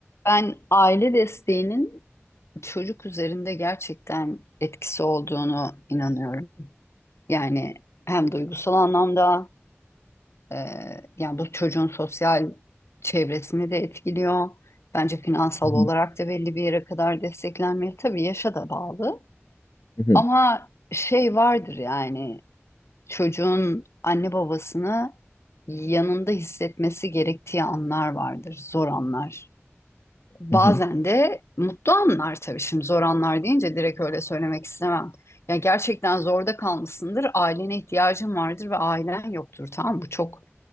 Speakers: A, on the left (about 65°); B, on the left (about 85°).
A: Ben aile desteğinin çocuk üzerinde gerçekten etkisi olduğunu inanıyorum. Yani hem duygusal anlamda e, yani bu çocuğun sosyal çevresini de etkiliyor. Bence finansal
B: Hı hı,
A: olarak da belli bir yere kadar desteklenmeli. Tabii yaşa da bağlı.
B: hı hı,
A: Ama şey vardır yani çocuğun anne babasını yanında hissetmesi gerektiği anlar vardır, zor anlar. Bazen
B: hı hı,
A: de mutlu anlar tabii şimdi zor anlar deyince direkt öyle söylemek istemem. Ya gerçekten zorda kalmışsındır, ailene ihtiyacın vardır ve ailen yoktur tamam mı? Bu çok